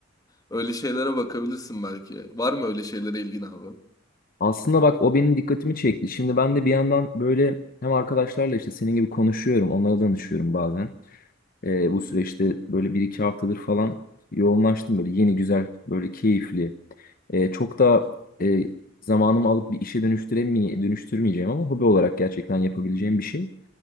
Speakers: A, on the left (about 20°); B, on the left (about 45°).
A: öyle şeylere bakabilirsin belki. Var mı öyle şeylere ilgin abi?
B: Aslında bak o benim dikkatimi çekti. Şimdi ben de bir yandan böyle hem arkadaşlarla işte senin gibi konuşuyorum, onlara danışıyorum bazen. Ee, bu
A: Hı hı,
B: süreçte böyle bir iki haftadır falan yoğunlaştım böyle yeni güzel böyle keyifli. Ee, çok
A: hı
B: da
A: hı,
B: e, zamanımı alıp bir işe dönüştüremeye dönüştürmeyeceğim ama hobi olarak gerçekten yapabileceğim bir şey.